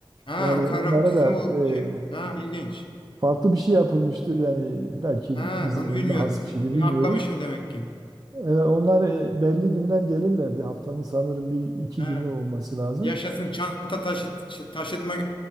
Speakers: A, on the left; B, on the right.
A: Ha,
B: Yani
A: o kavram
B: onlara
A: bizim
B: da
A: o şey,
B: e,
A: ha, ilginç.
B: farklı bir şey yapılmıştı. Yani belki
A: Ha,
B: bizim
A: onu
B: bölüme
A: bilmiyordum.
B: has bir şeydi
A: Bunu
B: bilmiyorum.
A: atlamışım demek ki.
B: Evet, onlar e, belli günler gelirlerdi. Haftanın sanırım bir iki
A: Ha,
B: günü olması lazım.
A: yaşasın çanta taşıt taşıtma